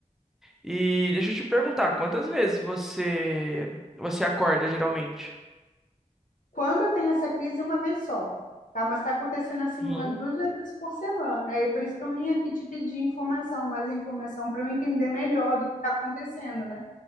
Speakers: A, in the centre; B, on the left.
A: E deixa eu te perguntar, quantas vezes você, você acorda geralmente?
B: Quando eu tenho essa crise, é uma vez só, tá? Mas está acontecendo assim
A: Uhum.
B: umas duas vezes por semana, aí por isso que eu vim aqui te pedir informação, mais informação para eu entender melhor do que está acontecendo, né?